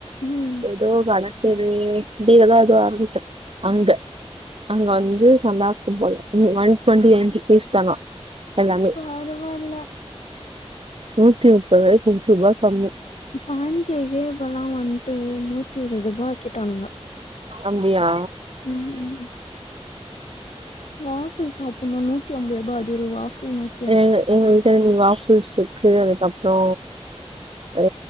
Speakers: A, on the left; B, on the right.
A: ம்
B: ஏதோ வடதெரு பி லதா ஏதோ ஆரம்பிக்கும் அங்க அங்க வந்து நல்லாருக்கும் போல இது ஒன் டுவென்டி ரெண்டு பீஸ் தானா எல்லாமே
A: பரவாயில்ல
B: நூத்தி முப்பது ரூவாய்க்கு ரெண்ருவா கம்மி
A: பேன் கேக்கே இப்பல்லா வந்ட்டு நூத்தி இருவது ரூபா ஆக்கிட்டானுங்க
B: அப்டியா
A: ம் ம் வாஃபுல் சாப்புட்னு நூத்தி அம்பது ரூபா அது ஒரு வாஃபுல் நூத்
B: ஏங்க எங்க வீட் எரநூறு வாஃபுல்ஸ் இருக்கு அதுக்கப்ற ஏ